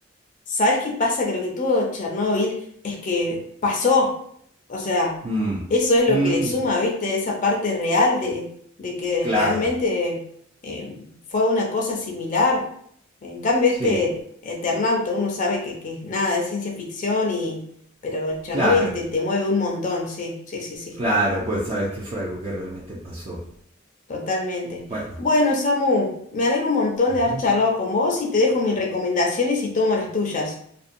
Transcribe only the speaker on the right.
Mm,
mm,
claro,
sí.
Claro,
claro, pues sabes que fue algo que realmente pasó.
Bueno,
ujú.